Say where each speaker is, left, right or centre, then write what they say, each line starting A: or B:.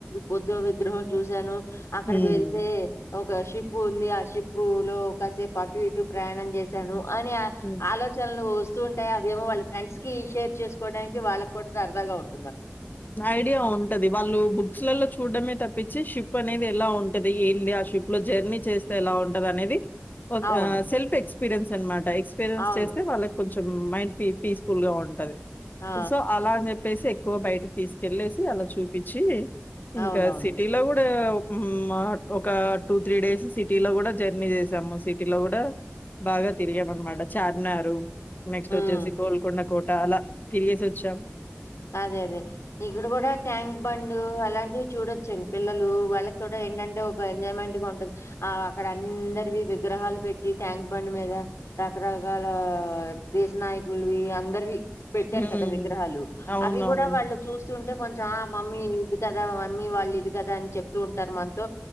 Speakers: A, on the left; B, on the left.
A: బుద్ధ విగ్రహం చూశాను అక్కడికి
B: హ్మ్.
A: వెళ్తే ఒ ఒక షిప్ ఉంది ఆ షిప్పు లో ఒకసేపు అటు ఇటు ప్రయాణం చేసాను అని
B: హ్మ్.
A: ఆలోచనలు వ వస్తూ ఉంటాయి అవి ఏమో ఫ్రెండ్స్ కకి షేర్ చేసుకోడానికి వాళ్ళకి కూడా సరదాగా ఉంటుంది
B: ఐడియా ఉంటది వాళ్ళు బుక్స్ లలో చూడమే తప్పించి షిప్ అనేది ఎలా ఉంటది ఏంది ఆ షిప్ లో జర్నీ చేస్తే ఎలా ఉంటది అనేది ఒక
A: అవును.
B: సెల్ఫ్ ఎక్స్పీరియన్స్ అన్నమాట ఎక్స్పీరియన్స్
A: అవును.
B: చేస్తే వాళ్ళకి కొంచెం మైండ్ పీస్ ఫుల్ గా ఉంటంది
A: ఆ
B: సో అలాని చెప్పేసి కు బయటకి తీసుకెళ్లేసి అలా చూపిచ్చి ఇంకా
A: అవునవును
B: సిటీలో కూడా మా ఒక టూ త్రీ డేస్ సిటీలో కూడా జర్నీ చేసాము మా సిటీలో కూడా బాగా తిరిగాము అన్నమాట చార్మినార్ నెక్స్ట్
A: హ్మ్
B: వచ్చేసి గోల్కొండ కోట అలా తిరిగేసి వచ్చాం
A: అదే అదే ఇక్కడ కూడా ట్యాంక్ బండ్ అలాంటివి చూడొచ్చండి పిల్లలు వాళ్ళకి కూడా ఏంటి అంటే ఒక ఎంజాయ్మెంట్ గా ఉంటుంది ఆ అక్కడ అందరివి విగ్రహాలు పెట్టి ట్యాంక్ బండ్ మీద రకరకాల ఆ దేశ నాయకులువి అందరివి పెట్టారు
B: హ్మ్.
A: కదా విగ్రహాలు
B: అవునవును.
A: అవి కూడా వాళ్ళు చూస్తుంటే కొంచెం ఆ మమ్మీ ఇది కదా మమ్మీ వాళ్ళు ఇది కదా అని చెప్తూ ఉంటారు మనతో